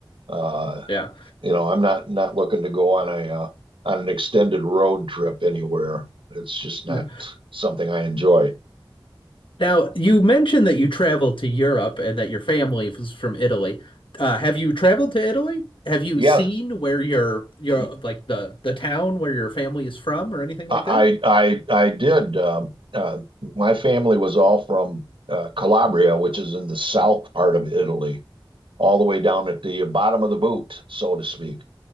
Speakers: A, on the right; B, on the left.
A: Uh,
B: yeah,
A: you know, I'm not not looking to go on a uh, on an extended road trip anywhere. It's just not
B: yeah.
A: something I enjoy.
B: Now you mentioned that you traveled to Europe and that your family was from Italy. Uh, have you traveled to Italy? Have you
A: Yeah,
B: seen where your your
A: I
B: like the the town where your family is from or anything
A: I
B: like that?
A: I I did. Um, uh, my family was all from uh, Calabria, which is in the south part of Italy, all the way down at the bottom of the boot, so to speak.